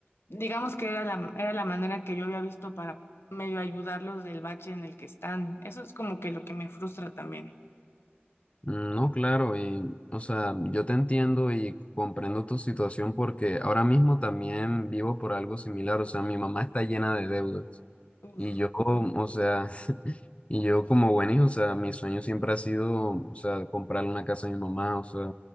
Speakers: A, on the left; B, on the left.
A: Digamos que era la, era la manera que yo había visto para medio ayudarlos del bache en el que están. Eso es como que lo que me frustra también.
B: Mm, No, claro, y o sea, yo te entiendo y comprendo tu situación porque ahora mismo también vivo por algo similar, o sea, mi mamá está llena de deudas
A: Uf,
B: y yo, o sea, <laughs> y yo como buen hijo, o sea, mi sueño siempre ha sido, o sea, comprarle una casa a mi mamá, o sea,